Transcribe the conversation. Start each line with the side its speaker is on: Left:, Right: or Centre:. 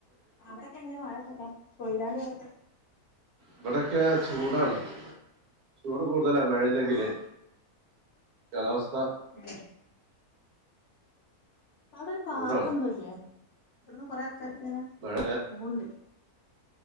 Left: അവിടൊക്കെ എങ്ങനെ വാഴക്കെണ്ടൊ കൊയിലാണ്ടി ഭാഗത്തൊക്കെ
Right: ഇവിടൊക്കെ ചൂടാണ് ചൂട് കൂടുതലാണ് മഴല്ലെങ്കിൽ ല്ലെ കാലാവസ്ഥ
Left: ഏ അവിടെ ഒരു പാർക്ക്
Right: ചൂടാണ്
Left: എന്തോല്ലേ ഇവിടന്ന് കൊറെ ആൾക്കാര് ങ്ങനെപോവ്ണ്ട്
Right: മഴ